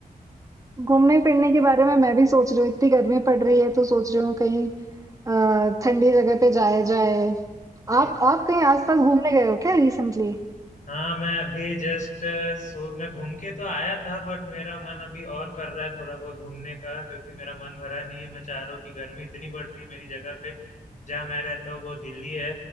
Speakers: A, on the right (about 20°); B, on the left (about 55°).
A: घूमने फिरने के बारे में मैं भी सोच रही हूँ। इतनी गर्मी पड़ रही है तो सोच रही हूँ कहीं अ, ठंडी जगह पे जाया जाए।
B: में
A: आप आप कहीं आसपास घूमने गए हो क्या रिसेंटली?
B: हाँ मैं अभी जस्ट सो मैं घूम के तो आया था बट मेरा मन अभी और कर रहा है थोड़ा बहुत घूमने का क्योंकि मेरा मन भरा नहीं है मैं चाह रहा हूँ कि गर्मी इतनी बढ़ रही है मेरी जगह पे जहाँ मैं रहता हूँ वो दिल्ली है